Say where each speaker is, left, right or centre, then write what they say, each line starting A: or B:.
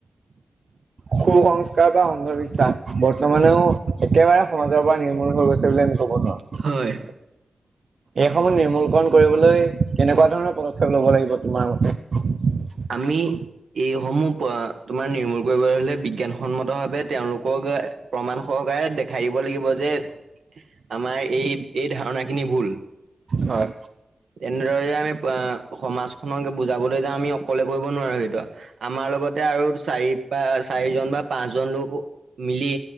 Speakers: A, on the right (about 55°); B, on the right (about 75°).
A: সু-সংস্কাৰ বা অন্ধবিশ্বাস বৰ্তমানেও একেবাৰে সমাজৰ পৰা নিৰ্মূল হৈ গৈছে বুলি আমি কব নোৱাৰোঁ,
B: হয়
A: এইসমূহ নি মূলকন কৰিবলৈ কেনেকুৱা ধৰণৰ পদক্ষেপ ল'ব লাগিব তোমাৰ মতে?
B: আমি এইসমূহ তোমাৰ নিৰ্মূল কৰিবলৈ হ'লে বিজ্ঞানসন্মতভাৱে তেওঁলোকক প্ৰমাণ সহ সহকাৰে দেখাই দিব লাগিব যে আমাৰ এই, এই ধাৰণাখিনি ভুল
A: হয়।
B: তেনেদৰে যে আমি সমাজখনকে বুজাবলৈ যাওঁ আমি অকলে কৰিব নোৱাৰো সেইটো, আমাৰ লগত তে আৰু চাৰি প চাৰিজন বা পাঁচজন লোক মিলি